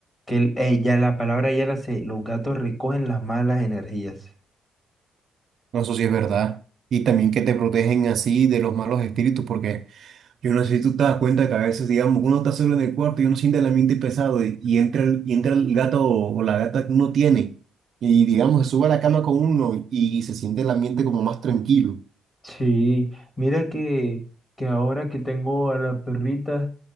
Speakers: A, on the left; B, on the right.
A: Que el- eh, ya la palabra ya la sé, los gatos recogen las malas energías.
B: No, Eso sí es verdad. Y también que te protegen así de los malos espíritus, porque yo no sé si tú te das cuenta que a veces, digamos, uno está solo en el cuarto y uno siente el ambiente pesado y, y entra el, y entra el gato o, o la gata que uno tiene y, digamos, se sube a la cama con uno y, se siente el ambiente como más tranquilo.
A: Sí, mira que, que ahora que tengo a las perritas,